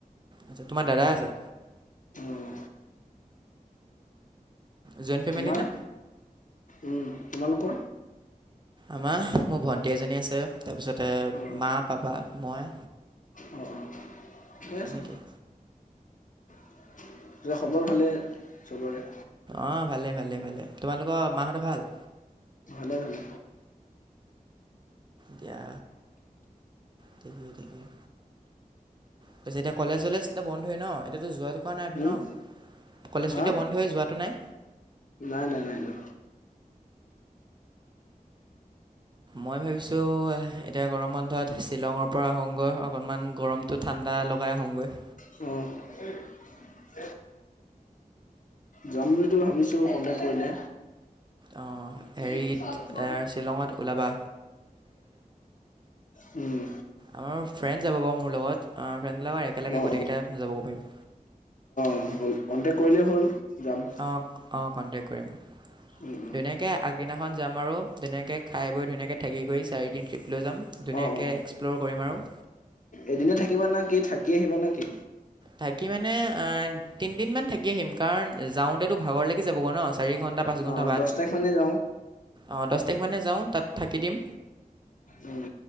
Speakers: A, on the right; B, on the left.
A: আচ্ছা তোমাৰ দাদা আছে।
B: অ',
A: জইণ্ট ফেমিলি
B: তোমাৰ
A: নে
B: উম তোমালোকৰ
A: আমাৰ মোৰ ভণ্টি এজনী আছে তাৰপিছতে
B: অ',
A: মা পাপা মই
B: অ অ ঠিকে
A: তেনেকেই
B: আছে <unintelligible> খবৰ ভালেই চবৰে
A: অ ভালে ভালে ভালে তোমালোকৰ মাহঁতৰ ভাল
B: ভালেই ভালে
A: দিয়া ঠিকেই ঠিকেই পিছে এতিয়া কলেজ চলেজ এতিয়া বন্ধ হয় ন এতিয়াতো যোৱাটো কোৱা নাই ত
B: উম,
A: ন কলেজটো
B: হা
A: এতিয়া বন্ধ হয় যোৱাটো নাই
B: নাই নাই নাই নাই
A: মই ভাবিছোঁ এতিয়া গৰম বন্ধত শ্বিলঙৰ পৰা আহংগৈ অকণমান গৰমটোত ঠাণ্ডা লগাই আহোঁংগৈ
B: অহ যাম বুলিটো ভাবিছোঁ কনটেক্ট কৰিলে
A: অঁ
B: কি
A: হেৰিত
B: চব
A: শ্বিলঙত ওলাবা
B: <unintelligible> উম
A: আমাৰো ফ্ৰেণ্ড যাব পাৰে মোৰ লগত ফ্ৰেণ্ডবিলাকৰ একেলগে
B: অ', অ',
A: গোটেইকেইটা যাব পাৰিম
B: হ'ল কণ্টেক্ট কৰিলেই হ'ল যাম।
A: অ অ কণ্টেক্ট কৰিম
B: উম, উম,
A: ধুনীয়াকে আগদিনাখন যাম আৰু, ধুনীয়াকে খাই বৈ ধুনীয়াকৈ ঠাকি কৰি চাৰিদিন ট্ৰিপ লৈ যাম ধুনীয়াকে
B: অ', অ',
A: এক্সপ্ল'ৰ কৰিম আৰু।
B: এদিনে থাকিবা না কি, থাকি আহিবা না কি?
A: থাকি মানে আ, তিনিদিন মান থাকি আহিম, কাৰণ যাওঁতেতো ভাগৰ লাগি যাবগে ন? চাৰি ঘণ্টা পাঁচ ঘণ্টা
B: অ',
A: বাট,
B: দহ তাৰিখ মানে যাওঁ,
A: অ', দহ তাৰিখ মানে যাওঁ তাত থাকি দিম।
B: উম।